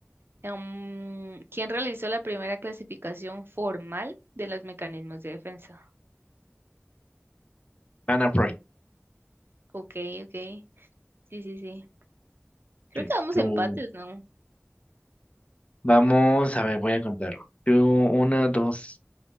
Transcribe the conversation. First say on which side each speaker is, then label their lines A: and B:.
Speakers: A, on the right; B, on the left.
A: Em, ¿quién realizó la primera clasificación formal de los mecanismos de defensa?
B: Ana Freud.
A: Ok, ok. Sí, sí, sí. Creo
B: es
A: que vamos
B: tú.
A: empates, ¿no?
B: Vamos, a ver, voy a contar. Tú, uno, dos,